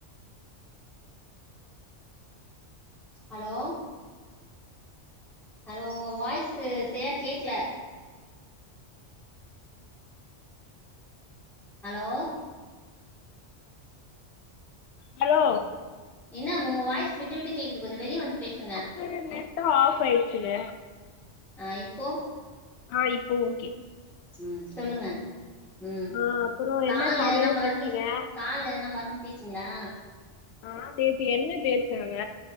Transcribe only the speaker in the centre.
ஹலோ ஹலோ உங்க வாய்ஸு சரியா கேக்ல அலோ
என்னா உங்க வாய்ஸ் விட்டு விட்டு கேக்குது கொஞ்சோ வெளிய வந்து பேசுங்க
அ இப்போ
ம் சொல்லுங்க ம்
கால்ல
எதனா மருந்து
கால்ல எதனா மருந்து தேச்சிங்ளா